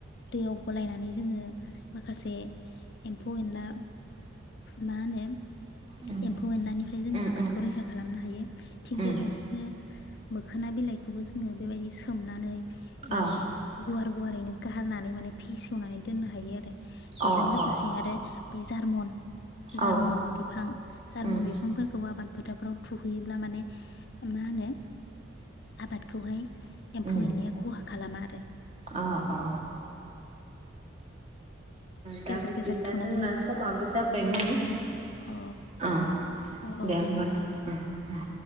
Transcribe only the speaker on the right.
उम
उम
उम
उम
अ
अ
अ
औ
उम
उम
अ अ दा
बिदिब्ला
जोंना
समाबो जाबायमोन दे
होमबालाय